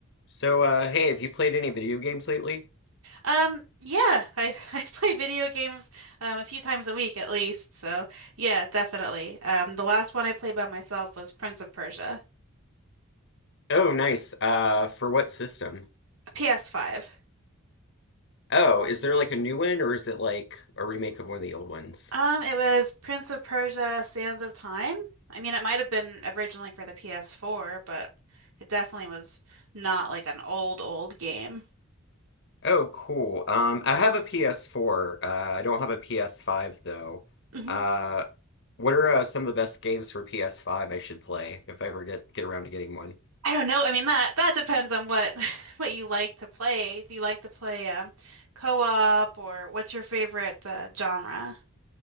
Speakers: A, on the left; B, on the right.
A: So, uh, hey, have you played any video games lately?
B: Um, yeah, I, <laughs> I play video games um, a few times a week at least. So yeah, definitely. Um, the last one I played by myself was Prince of Persia,
A: Oh, nice. Uh, for what system?
B: a PS5.
A: Oh, is there like a new one or is it like a remake of one of the old ones?
B: Um, it was Prince of Persia: Sands of Time. I mean, it might have been originally for the PS4, but it definitely was not like an old, old game.
A: Oh, cool. Um, I have a PS4. Uh, I don't have a PS5 though.
B: hmm
A: Uh, what are uh, some of the best games for PS5 I should play if I ever get get around to getting one?
B: I don't know. I mean, that that depends on what <laughs> what you like to play. Do you like to play um, co-op or what's your favorite uh, genre?